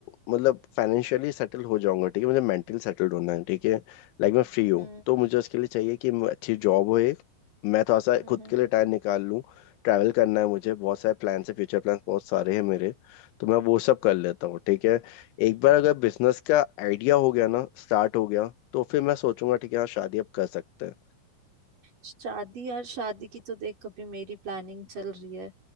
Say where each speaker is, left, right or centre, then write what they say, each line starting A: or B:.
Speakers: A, on the left; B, on the right.
A: मतलब फाइनेंशियली सेटल हो जाऊंगा ठीक है मुझे मेंटली सेटल्ड होना है ठीक है लाइक मैं फ्री
B: हम्म
A: हूँ तो मुझे उसके लिए चाहिए कि मैं- अच्छी जॉब हो एक मैं थोड़ा सा
B: हम्म
A: खुद
B: हम्म।
A: के लिए टाइम निकाल लूँ ट्रैवल करना है मुझे बहुत सारे प्लान्स है फ्यूचर प्लान्स बहुत सारे हैं मेरे तो मैं वो सब कर लेता हूँ ठीक है एक बार अगर बिजनेस का आइडिया हो गया ना स्टार्ट हो गया तो फिर मैं सोचूंगा ठीक है हाँ शादी अब कर सकते हैं
B: शादी यार शादी की तो देख कभी मेरी प्लानिंग चल रही है